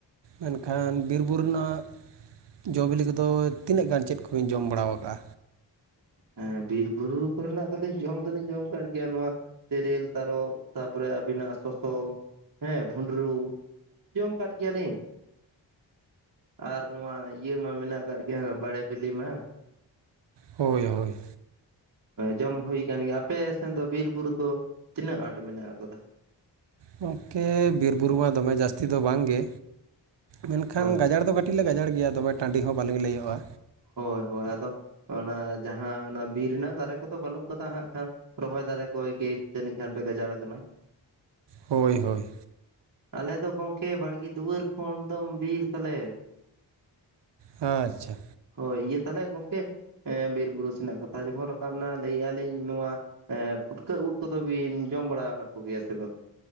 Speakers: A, on the right (about 65°); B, on the right (about 45°).
A: ᱢᱮᱱᱠᱷᱟᱱ ᱵᱤᱨ ᱵᱩᱨᱩ ᱨᱮᱱᱟᱜ ᱡᱚᱼᱵᱤᱞᱤ ᱠᱚᱫᱚ ᱛᱤᱱᱟᱹᱜ ᱜᱟᱱ ᱪᱮᱫ? ᱠᱩᱧ ᱡᱚᱢ ᱵᱟᱲᱟ ᱣᱟᱠᱟᱫ-ᱟ
B: ᱦᱮᱸ ᱵᱤᱨ ᱵᱩᱨᱩ ᱠᱚᱨᱮᱱᱟᱜ ᱫᱚᱞᱤᱧ ᱡᱚᱢ ᱫᱚᱞᱤᱧ ᱡᱚᱢ ᱟᱠᱟᱫ ᱜᱮᱭᱟ ᱱᱚᱣᱟ ᱛᱮᱨᱮᱞ ᱛᱟᱨᱚ ᱛᱟᱨᱯᱚᱨᱮ ᱟᱹᱵᱤᱱᱟᱜ ᱥᱚᱥᱚ ᱦᱮᱸ ᱵᱷᱩᱸᱰᱨᱩ, ᱡᱚᱢ ᱟᱠᱟᱫ ᱜᱮᱭᱟᱞᱤᱧ᱾ ᱟᱨ ᱱᱚᱣᱟ ᱤᱭᱟᱹ ᱢᱟ ᱢᱮᱱᱟᱜ ᱠᱟᱫ ᱜᱮᱭᱟ ᱵᱟᱲᱮ ᱵᱤᱞᱤ ᱢᱟ
A: ᱦᱳᱭ ᱦᱳᱭ
B: ᱡᱚᱢ ᱦᱩᱭ ᱟᱠᱟᱱ ᱜᱮᱭᱟ ᱟᱯᱮ ᱥᱮᱱ ᱫᱚ ᱵᱤᱨ ᱵᱩᱨᱩ ᱫᱚ ᱛᱤᱱᱟᱹᱜ ᱟᱸᱴ ᱢᱮᱱᱟᱜ ᱟᱠᱟᱫᱟ?
A: ᱜᱚᱢᱠᱮ ᱵᱤᱨᱵᱩᱨᱩ ᱢᱟ ᱫᱚᱢᱮ ᱡᱟᱹᱥᱛᱤ ᱫᱚ ᱵᱟᱝ ᱜᱮ᱾ ᱢᱮᱱᱠᱷᱟᱱ
B: ᱦᱳᱭ
A: ᱜᱟᱡᱟᱲ ᱫᱚ ᱠᱟᱹᱴ ᱠᱟᱹᱴᱤᱡ ᱞᱮ ᱜᱟᱡᱟᱲ ᱜᱮᱭᱟ ᱫᱚᱵᱮ ᱴᱟᱺᱰᱤ ᱦᱚᱸ ᱵᱟᱞᱮ ᱞᱟᱹᱭᱚᱜᱼᱟ
B: ᱦᱳᱭ ᱦᱳᱭ ᱟᱫᱚ ᱚᱱᱟ ᱡᱟᱦᱟᱸ ᱚᱱᱟ ᱵᱤᱨ ᱨᱮᱱᱟᱜ ᱫᱟᱨᱮ ᱠᱚᱫᱚ ᱵᱟᱹᱱᱩᱜ ᱠᱟᱫᱟ ᱦᱟᱸᱜ ᱠᱷᱟᱱ ᱨᱚᱦᱚᱭ ᱫᱟᱨᱮ ᱠᱚ ᱜᱮ ᱛᱤᱱᱟᱹᱜ ᱜᱟᱱ ᱯᱮ ᱜᱟᱡᱟᱲ ᱠᱟᱱᱟ?
A: ᱦᱳᱭ ᱦᱳᱭ
B: ᱟᱞᱮ ᱫᱚ ᱜᱚᱝᱠᱮ ᱵᱟᱲᱜᱮ ᱫᱩᱣᱟᱹᱨ ᱠᱷᱚᱱ ᱫᱚ ᱵᱤᱨ ᱛᱟᱞᱮ
A: ᱟᱪᱪᱷᱟ
B: ᱦᱳᱭ ᱤᱭᱟᱹ ᱛᱟᱦᱚᱞᱮ ᱜᱚᱝᱠᱮ ᱵᱤᱨ ᱵᱩᱨᱩ ᱥᱮᱱᱟᱜ ᱠᱟᱛᱷᱟ ᱡᱚᱠᱷᱚᱱ ᱨᱟᱠᱟᱵ ᱮᱱᱟ ᱞᱟᱹᱭᱮᱜ-ᱟ ᱞᱤᱧ ᱱᱚᱣᱟ ᱮ ᱯᱩᱴᱠᱟᱹ ᱩᱫ ᱠᱚᱫᱚ ᱵᱤᱱ ᱡᱚᱢ ᱵᱟᱲᱟ ᱟᱠᱟᱫ ᱠᱚᱜᱮᱭᱟ ᱥᱮ ᱵᱟᱝ?